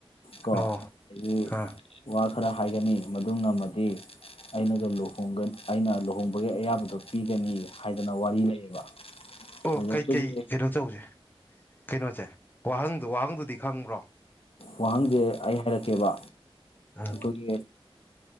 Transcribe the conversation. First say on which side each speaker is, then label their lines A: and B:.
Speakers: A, on the left; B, on the left.
A: ꯀꯣ
B: ꯑꯣ
A: ꯑꯩ
B: ꯑꯥ
A: ꯋꯥ ꯈꯔ ꯍꯥꯏꯒꯅꯤ ꯃꯗꯨ ꯉꯝꯃꯗꯤ ꯑꯩꯅꯒ ꯂꯨ ꯑꯩꯅ ꯂꯨꯍꯣꯡꯕꯒꯤ ꯑꯌꯥꯕꯗꯣ ꯄꯤꯒꯅꯤ ꯍꯥꯏꯗꯅ ꯋꯥꯔꯤ ꯂꯩꯌꯦꯕ
B: ꯑꯣ
A: ꯑꯗꯨꯗ
B: ꯀꯩꯀꯩ
A: ꯑꯩꯈꯣꯏꯒꯤ
B: ꯀꯩꯅꯣ ꯇꯧꯁꯦ ꯀꯩꯅꯣꯁꯦ ꯋꯥꯍꯪꯗꯨ ꯋꯥꯍꯪꯗꯨꯗꯤ ꯈꯪꯕ꯭ꯔꯣ
A: ꯋꯥꯍꯪꯁꯦ ꯑꯩ ꯍꯥꯏꯔꯛꯀꯦꯕ
B: ꯑꯥ
A: ꯀꯔꯤ